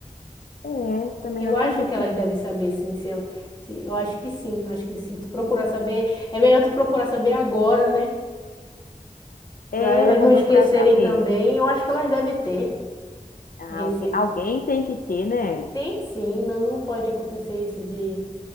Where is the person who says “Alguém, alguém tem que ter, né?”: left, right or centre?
Left